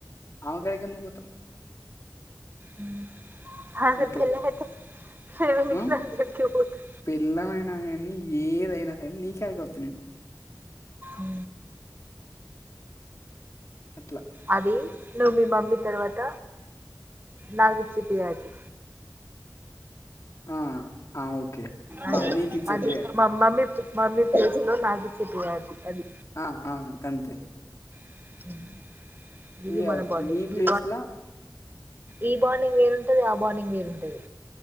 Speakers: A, on the left; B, on the right.
A: ఆమె కాడికి ఎందుకు పోతారు
B: ఉ ఆఖరికి
A: అట్లా
B: కింద పడితే తడమింట్ల
A: ఆ
B: ఆమె కాడికి పోతారు
A: పెళ్ళాం అయినా కానీ ఏదైనా కానీ నీ కాడికే వత్తా నేను
B: ఉ
A: అట్లా
B: అది నువ్వు మీ మమ్మీ తర్వాత నాకు ఇచ్చిత్ కాదు
A: ఆ ఆ ఓకే
B: అది
A: ఆ నీకిచ్చే
B: అది
A: ప్రియారిటీ
B: మ మమ్మీ పి మమ్మీ ప్లేస్ లో నాకు ఇచ్చేట్ కాదు అది
A: ఆ ఆ గంతే
B: <unintelligible>
A: ఇగ నీ ప్లేస్ ల
B: ఈ బాండిగ్ వేరుంటది ఆ బాండిగ్ వేరుంటది